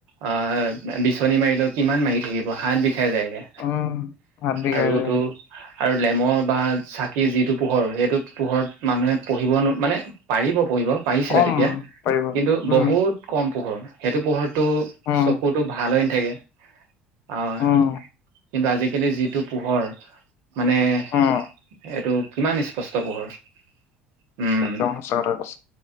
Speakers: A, on the right; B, on the left.
A: অ' বিচনী মাৰিলেও কিমান মাৰি থাকিব হাত বিষাই যায়গে,
B: উম হাত বিগাই
A: আৰুটো
B: যায়
A: আৰু লেমৰ বা চাকিৰ যিটো পোহৰ সেইটো পোহৰত মানুহে পঢ়িব নো- মানে পাৰিব পঢ়িব পাৰিছিলে
B: কম
A: তেতিয়া,
B: পাৰিব
A: কিন্তু
B: উম
A: বহুত কম পোহৰ, সেইটো পোহৰটো
B: উম
A: চকুটো ভাল হৈ নাথাকে। অ'
B: উম
A: কিন্তু আজিকালি যিটো পোহৰ মানে
B: অ'।
A: সেইটো কিমান স্পষ্ট পোহৰ। উম
B: একদম সঁচা কথা কৈছে।